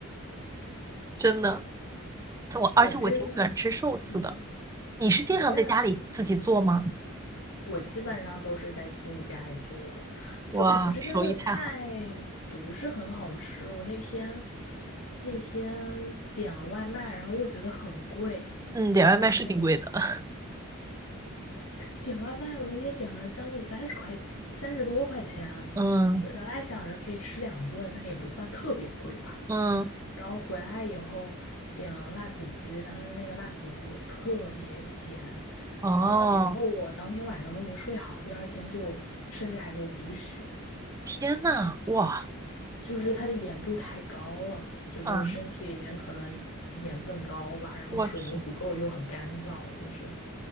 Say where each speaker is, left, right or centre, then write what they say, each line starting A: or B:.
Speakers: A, on the right; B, on the left.
A: 真的。我而且我挺喜欢吃寿司的。
B: 我们这边，嗯，
A: 你是经常在家里自己做吗？
B: 我也我基本上都是在自己家里做的，
A: 哇，
B: 就感觉这边的菜
A: 手艺太好。
B: 不是很好吃。我那天那天点了外卖，然后又觉得很贵，
A: 嗯，点外卖是挺贵的。
B: 然后
A: <laughs>
B: 点外卖，我那天点了将近三十块，三十多块钱。
A: 嗯
B: 我原来想着可以吃两顿，那也不算特别贵吧。
A: 嗯，
B: 然后回来以后点了辣子鸡，它的那个辣子鸡就特别咸，
A: 哦，
B: 然后咸的我当天晚上都没睡好，第二天就甚至还流鼻血，
A: 天呐，哇
B: 就是它的盐度太高了，就是身体里面可能盐分高吧，
A: 啊，
B: 然后水又不够，
A: 我天，
B: 又很干燥，就是，